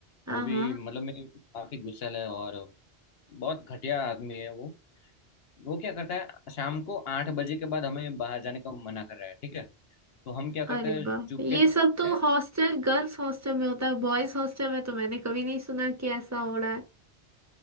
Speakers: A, on the right; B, on the left.
A: हाँ
B: वो भी
A: हाँ
B: मतलब मैं काफी गुस्सैल है और बहुत घटिया आदमी है वो वो क्या करता है शाम को आठ बजे के बाद हमें बाहर जाने का मना कर रहा है ठीक है तो हम क्या करते
A: अरे
B: हैं
A: बाप
B: चुपके
A: रे, ये
B: से जाते
A: सब तो
B: हैं
A: हॉस्टल गर्ल्स हॉस्टल में होता है बॉयज हॉस्टल में तो मैंने कभी नहीं सुना कि ऐसा हो रहा है